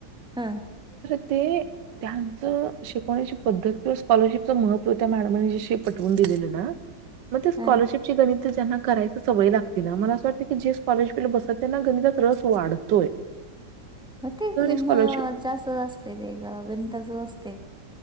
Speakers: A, in the centre; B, on the right (about 75°).
A: हा
B: ते त्यांच शिकवण्याची पद्धती कि स्कॉलरशिपच महत्त्व त्या मॅडम ना पटवून दिलेले ना मग ते स्कॉलरशिप
A: ह
B: चे गणित करायची सवय लागते तिला मला असं वाटतं की स्कॉलरशिप ला त्यांना गणितात रस वाढते
A: म निम
B: स्कॉलरशिप
A: जास्त गणिताचे असते